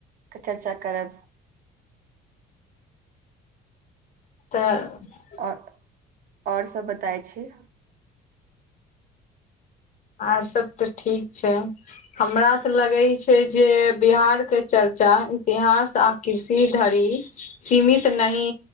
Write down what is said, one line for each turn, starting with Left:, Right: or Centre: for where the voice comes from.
Right: चर्चा करब
Left: तऽ
Right: ओ और सभ बतैय छी
Left: और सब तऽ ठीक छै हमरा तऽ लगै छै जे बिहारके चर्चा इतिहास आ कृषि धरि सीमित नहि